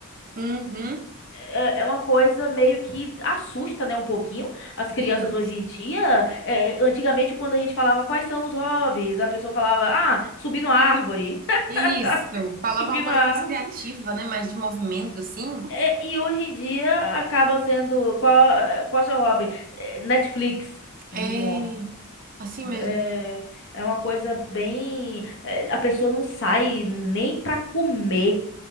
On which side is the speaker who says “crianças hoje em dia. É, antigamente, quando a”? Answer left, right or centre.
Left